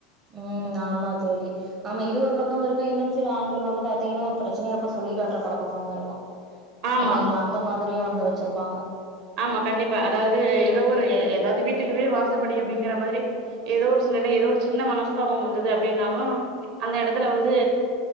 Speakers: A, on the right; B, on the right.
A: ம் ஆமா தோழி ஆமா இது ஒரு பக்கம் இருக்கா இன்னும் சில ஆண்கள் வந்து பாத்தீங்கன்னா ஒரு பிரச்சனைய எப்ப சொல்லி காட்டுற பழக்கமுமே இருக்கும்
B: ஆமா
A: இல்லைங்களா அந்த மாதிரியும் வந்து வச்சிருப்பாங்க
B: ஆமா கண்டிப்பா அதாவது ஏதோ ஒரு ஏதாவது வீட்டுக்கு வீடு வாசப்படி அப்படிங்கிற மாதிரி ஏதோ ஒரு சுழ்நிலை ஏதோ ஒரு சின்ன மனஸ்தாபம் வந்தது அப்படின்னாலும் அந்த இடத்துல வந்து